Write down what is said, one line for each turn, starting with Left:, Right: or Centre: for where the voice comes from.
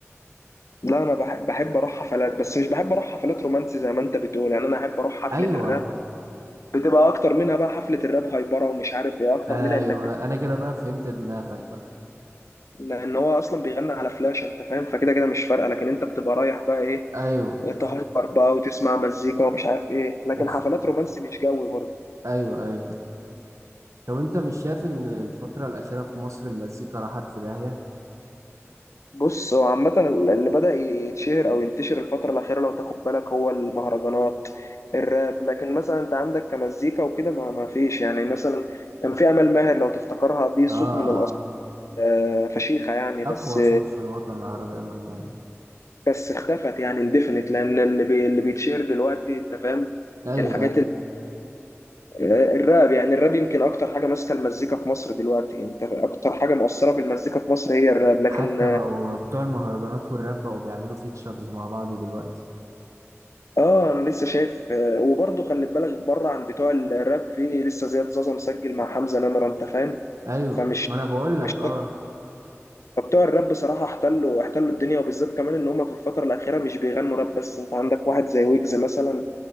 Left: لا انا بحب, بحب اروح حفلات بس مش بحب اروح حفلات رومانسي زي ما انت بتقول يعني انا احب اروح حفله
Right: ايوه
Left: الراب بتبقى اكتر منها بقى حفله الراب هايبره ومش عارف ايه اكتر
Right: ايوه
Left: منها انك
Right: انا كده بقى فهمت دماغك
Left: لان هو اصلا بيغني على فلاش انت فاهم فكده كده مش فارقه لكن انت بتبقى رايح بقى ايه
Right: ايوه
Left: تهايبر
Right: خ-
Left: بقى وتسمع مزيكا ومش عارف ايه لكن
Right: وخ...
Left: حفلات رومانسي مش جوي برضه
Right: ايوه ايوه طب انت مش شايف ان الفترة الأخيرة في مصر المزيكا راحت في داهية؟
Left: بص هو عامه اللي بدا يتشهر او ينتشر الفتره الاخيره لو تاخد بالك هو المهرجانات الراب لكن مثلا انت عندك كمزيكا وكده ما, ما فيش يعني مثلا كان في امل ماهر لو تفتكرها دي صوت
Right: اه
Left: من الاصل
Right: اه
Left: آه، فشيخه يعني بس
Right: اقوى صوت في الوطن العربي امل ماهر
Left: بس اختفت يعني اندفنت لان اللي بي اللي بيتشهر دلوقتي انت فاهم
Right: ايوه
Left: الحاجات
Right: ايوه
Left: الراب يعني الراب يمكن اكتر حاجه ماسكه المزيكا في مصر دلوقتي يعني انت اكتر حاجه مؤثره في المزيكا في مصر هي الراب لكن
Right: حتى بقوا بتوع المهرجانات والراب بقوا بيعملوا فيتشرز مع بعض دلوقتي
Left: اه انا لسه شايف آه، وبرضه خلي بالك بره عن بتوع الراب في لسه زياد زازا مسجل مع حمزه نمره انت فاهم
Right: ايوه
Left: فمش
Right: ما انا بقول
Left: مش
Right: لك اه
Left: فبتوع الراب بصراحه احتلوا احتلوا الدنيا وبالذات كمان ان هم في الفتره الاخيره مش بيغنوا راب بس انت عندك واحد زي ويجز مثلا